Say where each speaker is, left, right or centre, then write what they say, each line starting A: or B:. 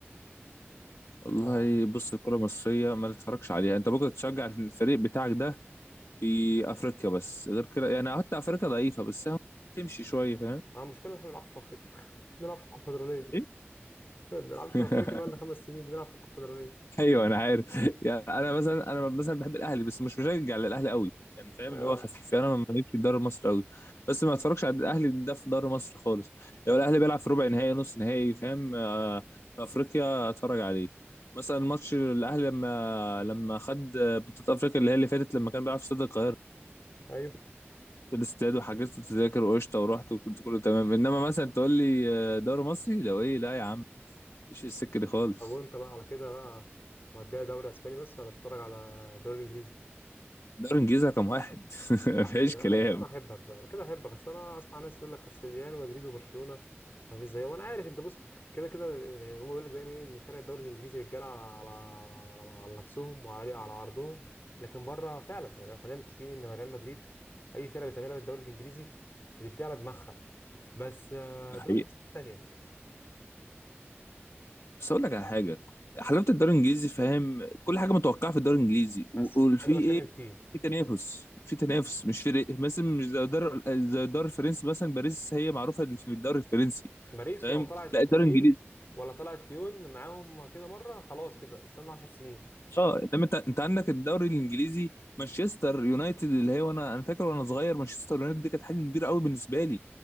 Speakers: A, on the left; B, on the left.
A: والله
B: ف
A: بص الكره المصريه ما تتفرجش عليها انت ممكن تشجع الفريق بتاعك ده في افريقيا بس غير كده يعني حتى افريقيا ضعيفه بس أهو تمشي شويه فاهم
B: انا مشكله إن احنا ما بنلعبش في افريقيا <laughs> بنلعب في الكونفدراليه
A: ايه
B: <laughs> ما بنلعبش
A: <laughs>
B: في افريقيا بقى لنا خمس سنين بنلعب في الكونفدراليه
A: ايوه انا عارف يعني انا مثلا انا مثلا بحب الاهلي بس مش مشجع للاهلي قوي يعني فاهم
B: آه.
A: اللي هو خفيف يعني انا ماليش في الدوري المصري قوي بس ما اتفرجش على الاهلي ده في الدوري المصري خالص لو الاهلي بيلعب في ربع نهائي نص نهائي فاهم آه، في افريقيا اتفرج عليه مثلا ماتش الاهلي لما لما خد بطوله افريقيا اللي هي اللي فاتت لما كان بيلعب في استاد القاهره
B: ايوه
A: في الاستاد وحجزت تذاكر وقشطه ورحت وكنت كله تمام انما مثلا تقول لي آه، دوري مصري لو ايه لا يا عم مفيش السكه دي خالص
B: طب وانت بقى على كده بقى مديها دوري اسباني بس ولا بتتفرج على الدوري الانجليزي
A: دوري انجليزي رقم واحد <laughs> مفيش
B: صح كده
A: كلام
B: انا كده انا احبك بقى انا كده احبك اصل انا اسمع ناس يقول لك اصل ريال مدريد وبرشلونه ما فيش زيهم انا عارف انت بص كده كده يعني هم بيقول لك دايما إيه ان فرق الدوري الانجليزي رجاله على على, على على نفسهم وعلى على عرضهم لكن بره فعلا يعني خلينا متفقين ان ريال مدريد اي فرقه بتعملها بالدوري الانجليزي بتدي على دماغها بس آه،
A: ده
B: الدوري
A: حقيقة
B: الانجليزي الثانيه
A: بس اقول لك على حاجه حلاوه الدوري الانجليزي فاهم كل حاجه متوقعه في الدوري الانجليزي و-
B: بس
A: وفي
B: ده اللي
A: ايه
B: بتكلم فيه
A: في تنافس في تنافس مش فرق مثلا مش زي الدوري زي الدوري الفرنسي مثلا باريس هي معروفه اللي في الدوري الفرنسي
B: باريس
A: فاهم
B: ولو طلعت
A: لا الدوري
B: ليل
A: الانجليزي
B: ولا طلعت ليون معاهم كده مره خلاص كده استنى 10 سنين
A: اه انما انت انت عندك الدوري الانجليزي مانشستر يونايتد اللي هي وانا انا فاكر وانا صغير مانشستر يونايتد دي كانت حاجه كبيره قوي بالنسبه لي